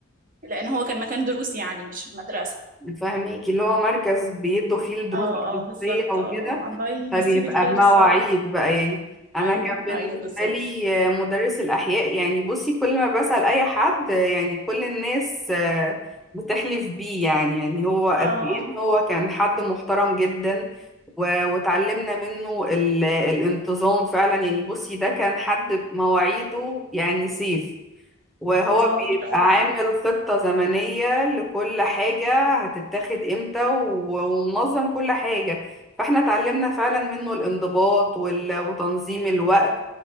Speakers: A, on the right (about 40°); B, in the centre.
A: لأن هو كان مكان دروس يعني مش المدرسة
B: فاهميكي اللي هو مركز بيدوا فيه الدروس
A: اه
B: الخصوصية
A: اه بالظبط
B: وكده
A: اه الله يمسيه
B: فبيبقى
A: بالخير
B: بمواعيد
A: الصراحة
B: بقى يعني انا
A: أيوه
B: كان بالنسبه
A: أيوه بالظبط
B: لي آه، مدرس الاحياء يعني بصي كل ما بسال اي حد يعني كل الناس آه، بتحلف بيه يعني يعني هو
A: اه
B: قد ايه إن هو كان حد محترم جدا و- واتعلمنا منه ال- الانتظام فعلا يعني بصي ده كان حد مواعيده يعني سيف وهو
A: اه
B: بيبقى
A: ما شاء الله
B: عامل خطة زمنية لكل حاجة هتتاخد امتى و- ومنظم كل حاجة فاحنا اتعلمنا فعلا منه الانضباط وال- وتنظيم الوقت